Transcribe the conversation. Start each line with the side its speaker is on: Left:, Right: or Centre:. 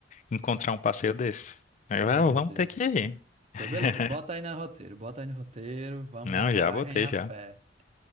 Left: encontrar um passeio desse? Aí,
Right: Ai,
Left: vai,
Right: meu
Left: vamos
Right: Deus.
Left: ter que ir. <laughs>
Right: Pois beleza, bota aí no roteiro, bota aí no roteiro, vamos
Left: Não,
Right: na coragem
Left: já botei
Right: e na
Left: já.
Right: fé.